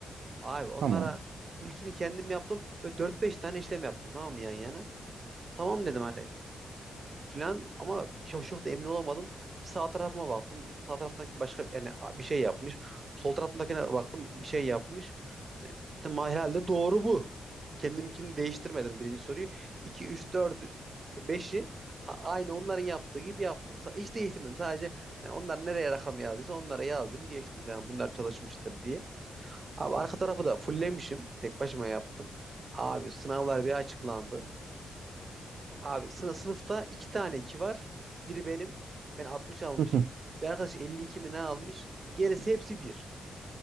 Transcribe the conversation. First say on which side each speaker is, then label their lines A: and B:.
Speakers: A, on the right; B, on the right.
A: Abi onlara
B: Tamam.
A: ilkini kendim yaptım. Böyle dört beş tane işlem yaptım tamam mı yan yana? Tamam dedim hani filan ama çok, çok da emin olamadım. Bir sağ tarafıma baktım. Sağ taraftaki başka yani bir şey yapmış. Sol tarafındakine baktım bir şey yapmış. Hani dedim "Ma, herhalde doğru bu. Kendiminkini değiştirmedim birinci soruyu. iki üç dört beşi aynı onların yaptığı gibi yaptım. Sa- Hiç değiştirmedim. Sadece yani onlar nereye rakam yazdıysa onlara yazdım geçtim falan. Bunlar çalışmıştır diye. Abi arka tarafı da fullemişim. Tek başıma yaptım. Abi sınavlar bir açıklandı. Abi sınıf, sınıfta iki tane iki var. Biri benim. Ben 60 almışım.
B: Hı hı.
A: Bir arkadaş 52 mi ne almış. Gerisi hepsi bir.